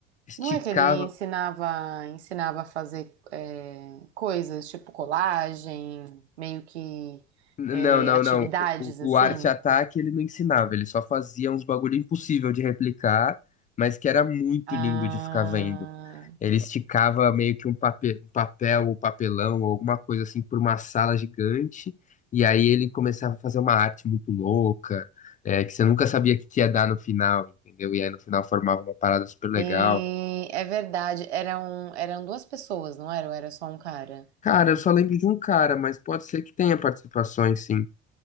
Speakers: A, on the left; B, on the right.
A: esticava.
B: Não é que ele ensinava, ensinava a fazer é, coisas tipo colagem, meio que
A: Não,
B: é,
A: não,
B: atividades
A: não. O,
B: assim?
A: o Arte Ataque ele não ensinava, ele só fazia uns bagulho impossível de replicar, mas que era muito
B: Ah,
A: lindo de ficar vendo. Ele esticava meio que um pape- um papel, ou papelão, ou alguma coisa assim, por uma sala gigante, e aí ele começava a fazer uma arte muito louca, é, que você nunca sabia o que que ia dar no final, entendeu? E aí no final formava uma parada super legal.
B: sim, é verdade. Eram, eram duas pessoas, não era? Ou era só um cara?
A: Cara, eu só lembro de um cara, mas pode ser que tenha participações, sim.